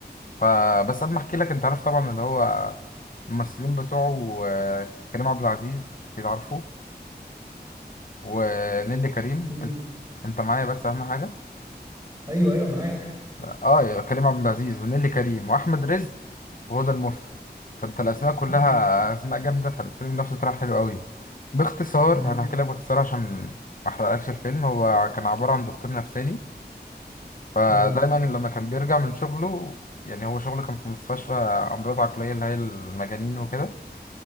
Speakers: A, on the left; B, on the right.
A: فبس قبل ما احكي لك انت عارف طبعا اللي هو الممثلين بتوعه آه، كريم عبد العزيز اكيد عارفه ونيللي كريم
B: امم
A: انت انت معايا بس اهم حاجه
B: ايوه ايوه معاك
A: اه يبقى كريم عبد العزيز ونيلي كريم واحمد رزق وهدى المفتي فانت الاسماء كلها
B: امم
A: اسماء جامده فالفيلم نفسه طلع حلو قوي باختصار
B: امم
A: انا هحكي لك باختصار عشان ما احرقلكش الفيلم هو كان عباره عن دكتور نفساني فدايما
B: اه
A: لما كان بيرجع من شغله يعني هو شغله كان في مستشفى امراض عقليه اللي هي المجانين وكده